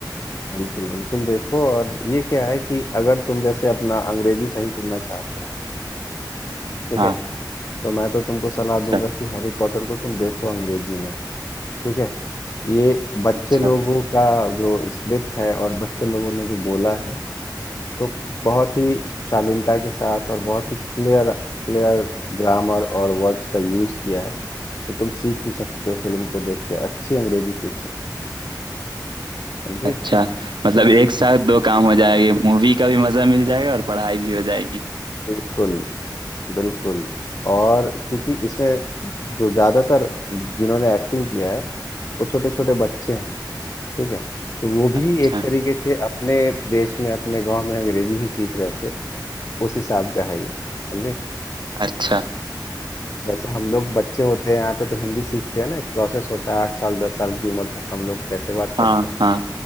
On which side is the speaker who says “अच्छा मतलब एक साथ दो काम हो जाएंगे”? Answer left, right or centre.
Right